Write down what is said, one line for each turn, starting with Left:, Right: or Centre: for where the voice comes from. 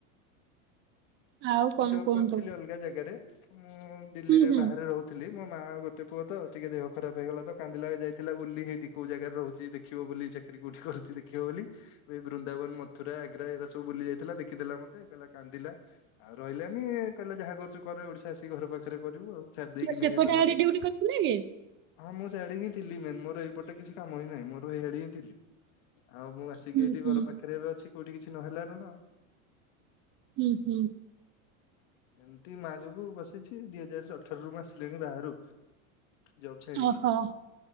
Right: ଆଉ କଣ
Left: ମୁଁ ଜବ
Right: କୁହନ୍ତୁ
Left: କରୁ ଥିଲି ଅଲଗା ଜାଗାରେ ମୁଁ ଦିଲ୍ଲୀରେ
Right: ହୁଁ ହୁଁ।
Left: ବାହାରେ ରହୁଥିଲି ମୋ ମାଆ ଗୋଟେ ପୁଅ ତ ଟିକେ ଦେହ ଖରାପ ହେଇଗଲା ତ କାନ୍ଦିଲା ଯାଇଥିଲା ବୁଲି ସେଇଠି କୋଉ ଜାଗାରେ ରହୁଛି ଦେଖିବ ବୋଲି ଚାକିରୀ କୋଉଠି କରୁଛି ଦେଖିବ ବୋଲି ଏ ବୃନ୍ଦାବନ ମଥୁରା ଆଗ୍ରା ଏଗା ସବୁ ବୁଲି ଯାଇଥିଲା ଦେଖିଦେଲା ମୋତେ କହିଲା କାନ୍ଦିଲା ଆଉ ରହିଲାନି କହିଲା ଯାହା କରୁଛୁ କରେ ଓଡିଶା ଆସିକି ଘର ପାଖରେ କରିବୁ ଆଉ ଛାଡି
Right: ସେପଟେ
Left: ଦେଇକି ନେଇଲା ମୋତେ
Right: ଆଡେ ଡ୍ୟୁଟି କରିଥିଲେ କି?
Left: ହଁ ମୁଁ ସେଠିକି ଥିଲି ମେମ୍ ମୋର ଏଇପଟେ କିଛି କାମ ହିଁ ନାହିଁ ମୋର ଏଇଆଡେ ହିଁ ଥିଲି ଆଉ ମୁଁ ଆସି ଆସିକି
Right: ହୁଁ
Left: ଏଇଠି
Right: ହୁଁ
Left: ଘର ପାଖରେ ଏବେ ଅଛି କୋଉଠି କିଛି ନହେଲାରୁ ନା ଆଉ
Right: ହିଇ ହିଇ
Left: ଏମିତି ମା ଯୋଗୁ ବସିଛି ଦି ହଜାର ଅଠରରୁ ମୁଁ ଆସିଲିଣି ବାହାରୁ ଜବ ଛାଡିକି
Right: ଓହୋ